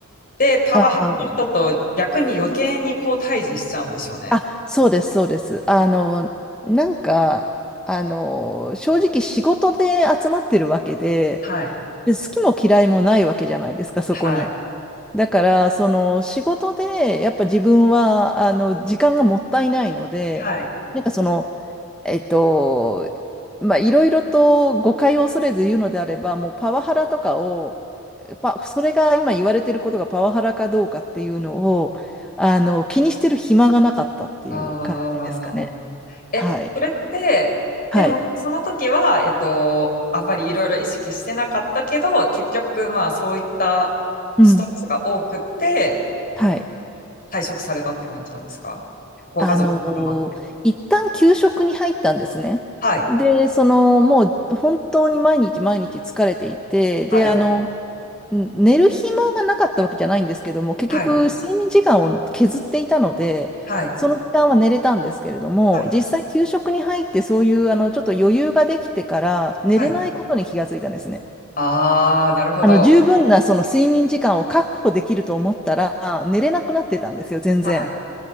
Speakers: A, on the left; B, in the centre.
A: で、パワハラの人と逆に余計にこう対峙しちゃうんでしょうね。
B: ああ。あ、そうですそうです。あの、なんか、あの、正直仕事で集まってるわけで、
A: はい、
B: で好きも嫌いもないわけじゃないですか、そこに。
A: はい、
B: だから、その仕事で、やっぱ自分は、あの、時間がもったいないので、
A: はい。
B: なんかその、えっと、まあ、いろいろと誤解を恐れず言うのであれば、もうパワハラとかを、パ、それが今言われていることがパワハラかどうかっていうのを、あの、気にしてる暇がなかったっていう感じですかね。
A: ああ。え、
B: はい。
A: それって、
B: はい。
A: でも、その時は、えっと、あんまりいろいろ意識してなかったけど、結局、まあ、そういったストレスが多くって、
B: うん。はい。
A: 退職されたって感じなんですかご家族のこともあって。
B: あの、一旦休職に入ったんですね。
A: はい、
B: で、その、もう本当に毎日毎日疲れていて、で、
A: はい、
B: あの、うん、寝る暇がなかったわけじゃないんですけども、結局睡眠時間を削っていたので、
A: はい、はい、
B: その時間は寝れたんですけれども、
A: はい、
B: 実際給食に入ってそういうあのちょっと余裕ができてから寝れないことに気がついたんですね。
A: はい。ああ、なるほど。
B: あの十分なその睡眠時間を確保できると思ったら寝れなくなってたんですよ、全然。
A: はい。